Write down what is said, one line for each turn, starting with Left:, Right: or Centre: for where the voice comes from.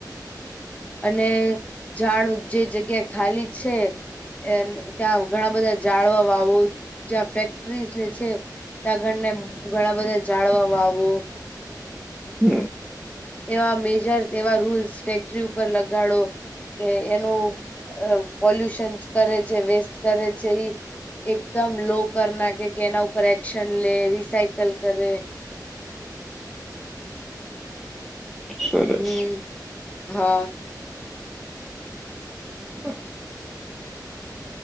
Left: અને જાણું જે જગ્યા ખાલી છે. એને ત્યાં ઘણા બધા જાળવા વાવો જ્યાં ફેક્ટરીઝ ને છે. ત આગળને ઘણા બધા જાળવા વાવો.
Centre: હમ્મ.
Left: એવા મેજર્સ એવા રૂલ્સ ફેક્ટરી ઉપર લગાડો. કે એનું પોલ્યુશન કરે છે. વેસ્ટ કરે છે. ઈ એકદમ લો કરી નાખે કે એના ઉપર એક્શન લે રિસાયકલ કરે
Centre: સરસ
Left: હમ્મ હા.
Centre: હમ્મ.